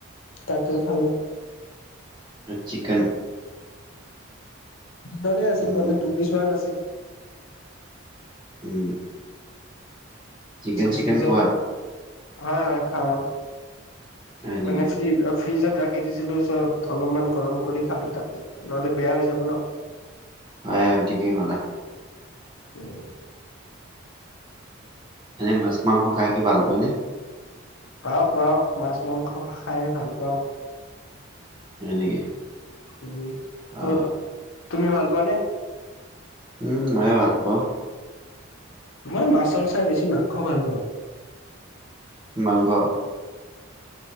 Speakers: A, on the left; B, on the right.
A: তাকে খালো।
B: চিকেন
A: দুপৰে আছিল
B: উম
A: মানে দুবিছ মান আছিল।
B: উম। চিকেন চিকেন
A: ফ্ৰিজত
B: খোৱা
A: হয় হয় খাওঁ।
B: হয় নেকি
A: মানে ফ্ৰি ফ্ৰিজত ৰাখি দিছিলো চব অলপমান গৰম কৰি খালো তাকে, নহ'লে বেয়া হৈ যাব না।
B: হয় হয় ঠিকেই কলা।
A: উম।
B: এনে মাছ মাংস খাই কি ভাল পোৱা নে?
A: পাওঁ পাওঁ মাছ-মাংস খাই ভাল পাওঁ।
B: হয় নেকি।
A: উ
B: অ
A: ত তুমি ভাল পোৱানে?
B: উম মইও ভাল পাওঁ।
A: মই মাছৰ চাই বেছি মাংস ভাল পাওঁ।
B: মাংস?